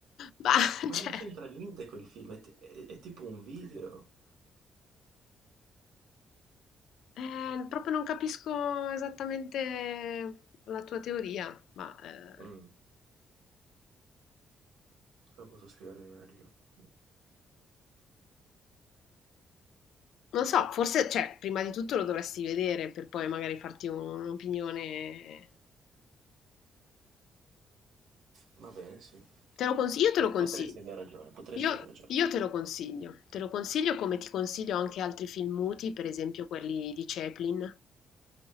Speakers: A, on the left; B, on the right.
A: mah,
B: ma
A: cioè
B: non c'entra niente col film, è, ti- è- è tipo un video.
A: Ehm, proprio non capisco esattamente la tua teoria, ma, ehm
B: Mm, come posso spiegarmi meglio?
A: Non so, forse, cioè, prima di tutto lo dovresti vedere per poi magari farti un- un'opinione.
B: Va bene, sì.
A: Te lo consi- io te
B: Po-
A: lo consiglio.
B: potresti aver ragione, potresti
A: Io,
B: aver ragione.
A: io te lo consiglio. Te lo consiglio come ti consiglio anche altri film muti, per esempio quelli di Chaplin.